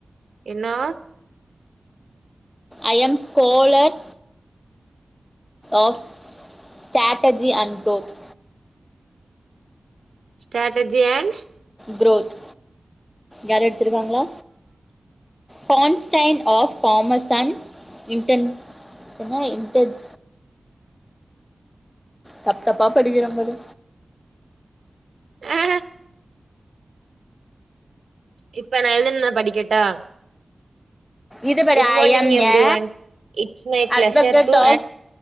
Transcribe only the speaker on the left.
I am scholar of strategy and growth
growth யார எடுத்துருவாங்ளா கான்ஸ்டைன் ஆஃப் காமர்ஸ் அண்ட் இன்டென் என்னா இன்டட் தப்ப தப்பா படிக்கிறே பாரு
இது பாரு
I am
A
advocate
ஆஃப்